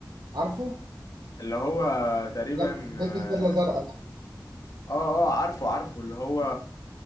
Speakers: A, on the right (about 75°); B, on the left (about 55°).
A: عارفه؟
B: اللي هو تقريبا
A: لا بيلبس
B: اه
A: بدلة زرقاء ده
B: اه آه، عارفه عارفه اللي هو